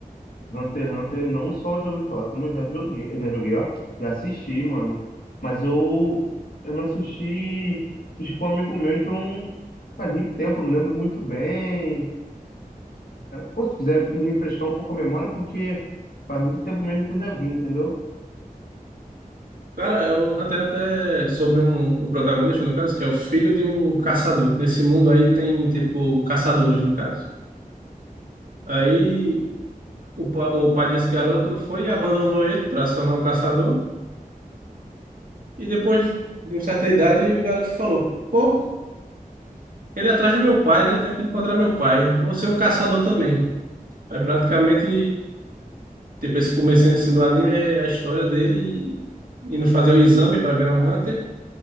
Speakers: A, on the left; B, on the right.
A: Hunter x Hunter não só já ouvi falar, como eu já joguei, eu já joguei, ó, já assisti, mano. Mas eu eu não assisti, assisti com um amigo meu, então faz muito tempo, não lembro muito bem. Pô, se quiser me refrescar um pouco a memória, porque faz muito tempo mesmo que eu já vi, entendeu?
B: Cara, é o Hunter x Hunter é sobre um, o protagonista, no caso, que é o filho de um caçador. Nesse mundo aí tem, tipo, caçadores, no caso. Aí o, pa- o pai desse garoto foi e abandonou ele para se tornar um caçador. E depois de uma certa idade, o garoto falou: Pô, ele é atrás do meu pai, né? Tenho que encontrar meu pai. Vou ser um caçador também. Aí praticamente, tipo, esse comecinho assim, do anime é a história dele indo fazer o exame para virar um Hunter